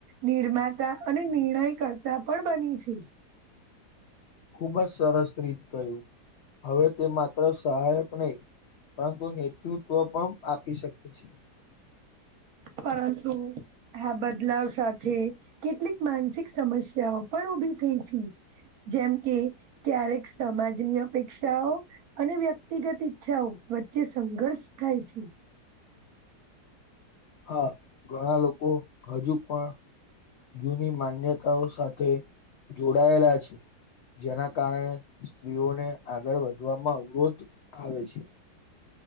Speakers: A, on the right; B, on the left.
A: નિર્માતા અને નિર્ણય કરતા પણ બની છે.
B: ખૂબ જ સરસ રીત ક્યું હવે તે માત્ર સહાયક નહી. પરંતુ નેતૃત્વ પણ આપી શકે છે.
A: પરંતુ આ બદલાવ સાથે કેટલીક માનસિક સમસ્યાઓ પણ ઉભી થઈ છે. જેમ કે ક્યારેક સમાજની અપેક્ષાઓ અને વ્યક્તિગત ઈચ્છાઓ વચ્ચે સંઘર્ષ થાય છે.
B: હા ઘણા લોકો હજુ પણ જૂની માન્યતાઓ સાથે જોડાયેલા છે. જેના કારણે સ્ત્રીઓને આગળ વધવામાં અવરોધ આવે છે.